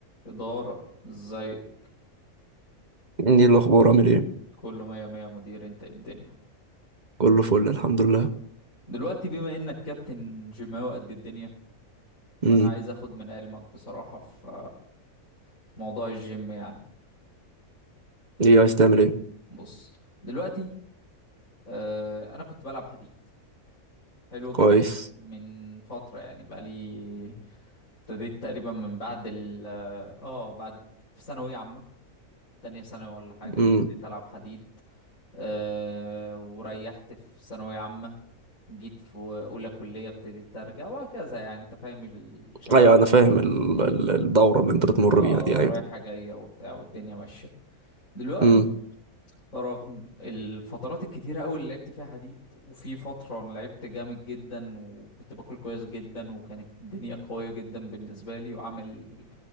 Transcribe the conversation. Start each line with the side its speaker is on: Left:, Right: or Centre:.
Left: إدارة ازاي
Right: ايه الاخبار عامل ايه
Left: كله مية مية مدير انت إيه الدنيا
Right: كله فل الحمد لله
Left: دلوقتي بما انك كابتن جيماوي قد إيه الدنيا
Right: امم
Left: فانا عايز اخد من علمك بصراحة في في موضوع الجيم يعني
Right: ايه عايز تعمل ايه
Left: بص دلوقتي آه، انا كنت بلعب حديد حلو كده
Right: كويس
Left: من فترة يعني بقالي ابتديت تقريبا من بعد ال اه آه، بعد في ثانوية عامة تانية ثانوي ولا حاجة ابتديت
Right: امم
Left: ألعب حديد أه وريحت في ثانوية عامة جيت في اولى كلية ابتديت ارجع وهكذا يعني انت فاهم الشباب
Right: ايوه انا فاهم ال... ال- الدوره اللي انت بتمر
Left: اه
Right: بيها دي ايوه
Left: رايحة جاية وبتاع والدنيا ماشية دلوقتي
Right: امم
Left: رغم الفترات الكتيرة أوي اللي لعبت فيها حديد وفي فترة أنا لعبت جامد جدا وكنت باكل كويس جدا وكانت الدنيا قوية جدا بالنسبة لي وعامل